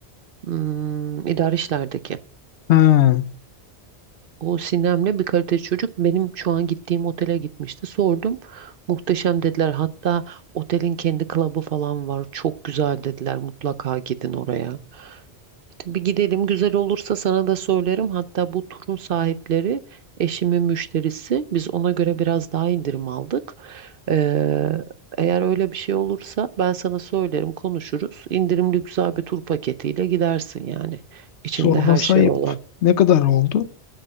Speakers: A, on the right; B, on the left.
A: hmm, idari işlerdeki.
B: Ha,
A: O Sinem'le bir kaliteli çocuk benim şu an gittiğim otele gitmişti. Sordum. Muhteşem dediler. Hatta otelin kendi klubu falan var. Çok güzel dediler. Mutlaka gidin oraya. Bir gidelim güzel olursa sana da söylerim. Hatta bu turun sahipleri eşimin müşterisi. Biz ona göre biraz daha indirim aldık. Ee, eğer öyle bir şey olursa ben sana söylerim konuşuruz. İndirimli güzel bir tur paketiyle gidersin yani.
B: sorması
A: İçinde her şey
B: ayıp.
A: olan.
B: Ne kadar oldu?